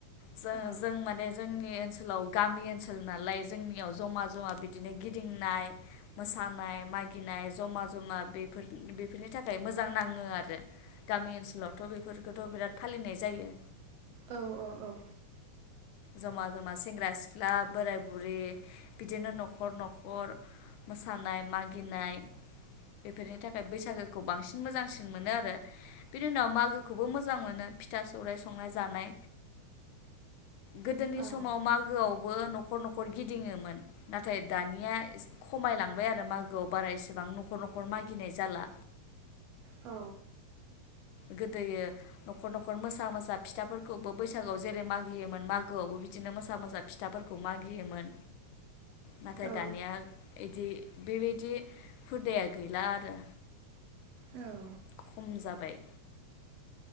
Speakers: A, on the left; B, on the right.
A: जोंङो
B: औ
A: जों माने जों जोंनि ओनसोलाव गामि ओनसोल नालाय जोंनियाव जमा जमा बिदिनो गिदिंनाय मोसानाय मागिनाय जमा जमा बेफोर बेफोरनि थाखाय मोजां नाङो। ङो आरो गामि ओनसोलावथ' बेफोरखौथ' बिराद फालिनाय जायो।
B: औ औ औ
A: जमा जमा सेंग्रा सिख्ला बोराय बुरि बिदिनो न'खर न'खर मोसानाय मागिनाय बेफोरनि थाखाय बैसागोखौ बांसिन मोजांसिन मोनो आरो बिनि उनाव मागोखौबो मोजां मोनो फिथा सौर संनाय जानाय गोदोनि
B: औ
A: समाव मागोआवबो नख न'खर न'खर गिदिङोमोन नाथाय दानिया खमायलांबाय आरो मागोआव बारा एसेबां न'खर न'खर मागिनाय जाला
B: औ
A: गोदोयो न'खर न'खर मोसा मोसा फिथाफोरखौबो बैसागोआव जेरै मागियोमोन मागोआवबो बिदिनो मोसा मोसा फिथाफोरखौ मागियोमोन। नाथाय
B: औ
A: दानिया एदि बेबायदि हुदाया गैला आरो
B: औ
A: खम जाबाय